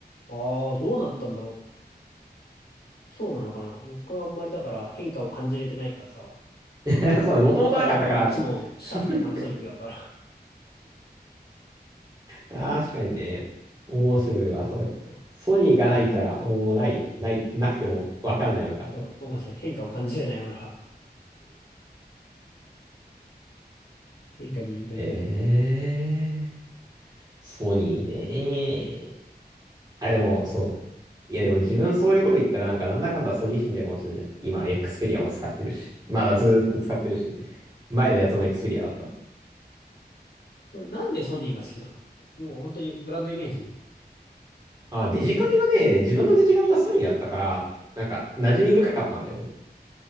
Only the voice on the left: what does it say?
ああ、どうなったんだろう。そうなのかな。僕はあんまりだから変化を感じれてないからさ。
我が家はもういつもシャープとパナソニックだから。
うん
う
んわかんない。変化を感じれないような変化に敏感になるね。
うん。
それなんでソニーが好きなのもう本当にブランドイメージ
うん。
あ